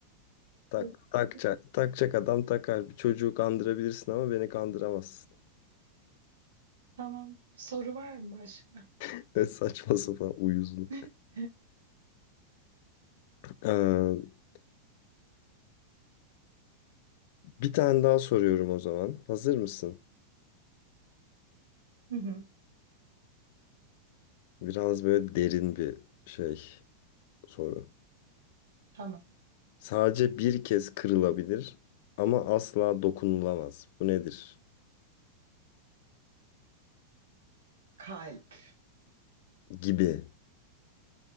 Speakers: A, on the right; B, on the left.
A: <laughs>
B: Tak, takacak, takacak adam takar. Bir çocuğu kandırabilirsin ama beni kandıramazsın.
A: Tamam. Soru var mı başka?
B: <laughs> Ne saçma sapan uyuzluk.
A: <laughs>
B: Ee, bir tane daha soruyorum o zaman. Hazır mısın?
A: Hı hı,
B: Biraz böyle derin bir şey soru.
A: Tamam.
B: Sadece bir kez kırılabilir ama asla dokunulamaz. Bu nedir?
A: Kalp.
B: Gibi.